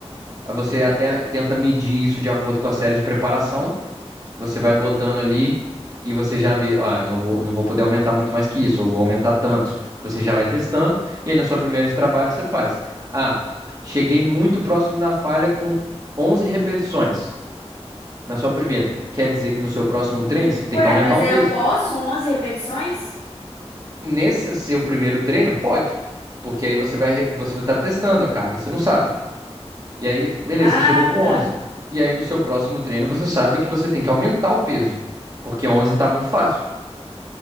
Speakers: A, on the right (about 35°); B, on the left (about 80°).
A: aí você até tenta medir isso de acordo com a série de preparação, você vai botando ali e você já vê, ah, eu vou, não vou poder aumentar muito mais que isso, eu vou aumentar tantos. Você já vai testando e aí na sua primeira de trabalho você faz. Ah, cheguei muito próximo da falha com 11 repetições. Na sua primeira, quer dizer que no seu próximo treino você tem
B: Ué,
A: que aumentar
B: mas
A: o
B: aí
A: peso.
B: eu posso onze repetições?
A: Nesse seu primeiro treino, pode. Porque aí você vai, você vai estar testando a carga, você não sabe. E aí, beleza,
B: Ah,
A: você chegou com
B: tá.
A: 11. E aí no seu próximo treino você sabe que você tem que aumentar o peso, porque 11 está muito fácil.